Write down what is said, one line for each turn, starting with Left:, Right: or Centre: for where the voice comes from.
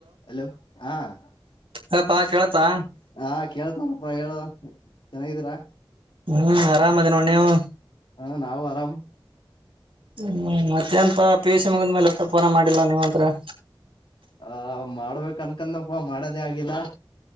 Left: ಹಲೋ ಹಾ <unintelligible>
Right: ಹಪ್ಪಾ ಕೇಳತಾ.
Left: ಹಾ ಕೇಳ್ತಾರಪ್ಪಾ ಹೇಳ ಚೆನ್ನಾಗಿದೀರಾ <unintelligible>
Right: ಹ್ಮ್ ಆರಾಮದೇ ನೋ ನೀವು
Left: ಹಾ ನಾವು ಆರಾಮ್
Right: ಹ್ಮ್ ಮತ್ತೇನ್ಪ ಪಿ ಯು ಸಿ ಮುಗದ ಮೇಲೆ ಹೊಟ ಪೋನ ಮಾಡಿಲ್ಲ ನೀವಂತ್ರ
Left: ಆ ಮಾಡ್ಬೇಕಕ್ ಅನ್ಕಂದಪ್ಪ ಮಾಡದೇ ಆಗಿಲ್ಲ.